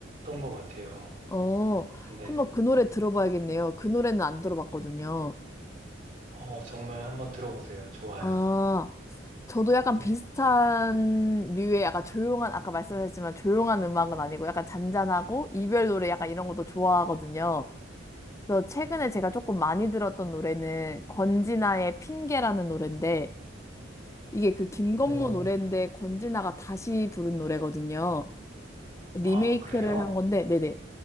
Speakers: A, on the right; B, on the left.
A: 것 같아요.
B: 어,
A: 근데,
B: 한번 그 노래 들어봐야겠네요. 그 노래는 안 들어봤거든요.
A: 어, 정말 한번 들어보세요. 좋아요.
B: 아, 저도 약간
A: 네.
B: 비슷한 류의 약간 조용한, 아까 말씀하셨지만 조용한 음악은 아니고 약간 잔잔하고 이별 노래 약간 이런 것도 좋아하거든요. 그래서 최근에 제가 조금 많이 들었던 노래는 권진아의 핑계라는 노래인데 이게 그 김건모
A: 어,
B: 노래인데 권진아가 다시 부른 노래거든요. 리메이크를
A: 아, 그래요?
B: 한 건데, 네네.